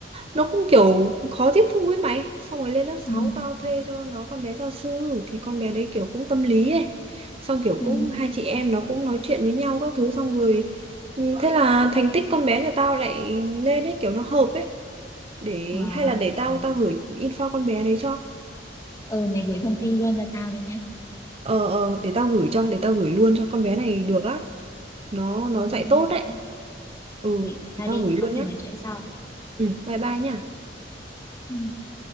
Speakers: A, on the right (about 35°); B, on the left (about 20°).
A: nó cũng kiểu khó tiếp thu ấy mày xong rồi lên lớp
B: ừ
A: sáu tao thuê cho nó con bé gia sư thì con bé đấy kiểu cũng tâm lý ấy xong kiểu
B: ừ
A: cũng hai chị em nó cũng nói chuyện với nhau các thứ xong rồi ừ, thế là thành tích con bé nhà tao lại lên ấy kiểu nó hợp ấy để
B: ờ
A: hay là để
B: ừ.
A: tao tao gửi info con bé đấy cho
B: ừ mày gửi thông tin luôn cho tao đi nhá
A: ờ ờ để tao gửi cho để tao gửi luôn cho con bé này được
B: ok
A: á nó nó
B: ok,
A: dạy tốt
B: bye
A: đấy
B: bye
A: ừ
B: gửi
A: để
B: tao
A: tao
B: đi
A: gửi luôn
B: có gì
A: nhá
B: nói chuyện sau
A: Ừ, bye bye nha.
B: ừ.